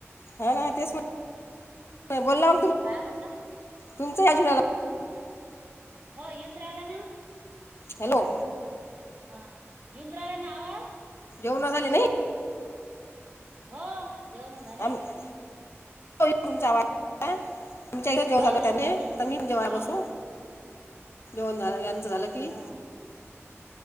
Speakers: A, on the left; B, on the right.
A: हा ना तेच बोलला.
B: काय म्हटला?
A: तुमच्या या जुलै ला.
B: हो येऊन राहिला ना.
A: हॅलो.
B: हा येऊन राहिला ना आवाज.
A: जेवण झाली नाही.
B: हो. जेवण झाले
A: <unintelligible> तुमच्या इथ जेव
B: हो
A: झालो
B: ना
A: त्याने
B: हो ना
A: तर मी जेव्हा
B: हो
A: बसो. जेवण झालं. यांचं झालं की
B: हो